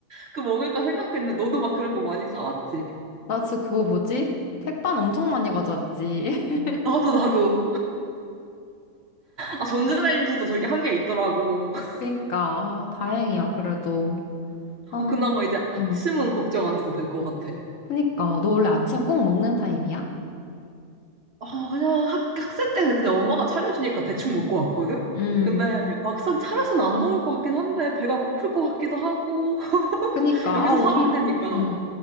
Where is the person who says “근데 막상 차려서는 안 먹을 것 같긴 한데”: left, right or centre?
Right